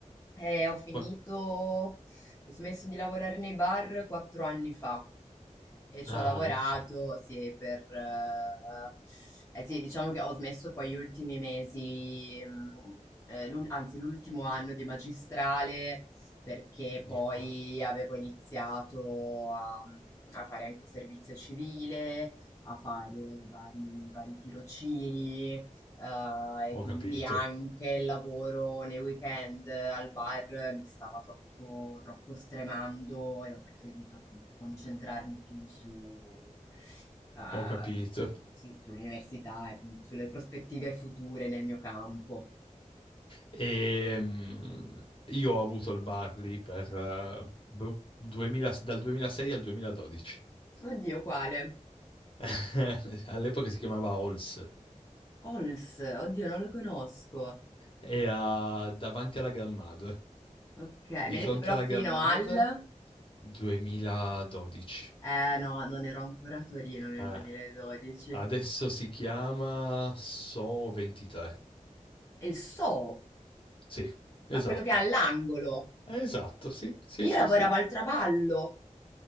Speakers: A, on the left (about 20°); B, on the left (about 40°).
A: E ho finito,
B: Qua-
A: ho smesso di lavorare nei bar quattro anni fa e ci
B: Ah,
A: ho lavorato,
B: ok.
A: sì, per... eh, eh, sì, diciamo che ho smesso poi gli ultimi mesi, mm, eh, l'ul- anzi l'ultimo anno di magistrale, perché
B: Quindi
A: poi
B: qua.
A: avevo iniziato a, mm, a fare anche servizio civile, a fare vari, vari tirocini, eh, e
B: Ho
A: quindi
B: capito,
A: anche il lavoro nei weekend eh, al bar mi stava troppo, troppo stremando e ho preferito appunto concentrarmi più su, eh,
B: ho capito.
A: s- sì, sull'università e comunque sulle prospettive future nel mio campo.
B: E, mm, io ho avuto il Barley per, eh, boh, 2000 dal 2006 al 2012.
A: Oddio, quale?
B: <laughs> All'epoca si chiamava Ols.
A: Ols, oddio, non lo conosco.
B: E eh, davanti alla Grammada,
A: Ok, mi
B: di
A: ha
B: fronte
A: detto però
B: alla
A: fino
B: Grammada,
A: al...
B: 2012.
A: Eh no, non ero ancora a Torino nel
B: Eh,
A: 2012.
B: adesso
A: E
B: si chiama So 23.
A: il So,
B: Sì,
A: ma
B: esatto.
A: quello che è all'angolo.
B: Esatto, sì, sì, sì,
A: Io lavoravo
B: sì.
A: al traballo,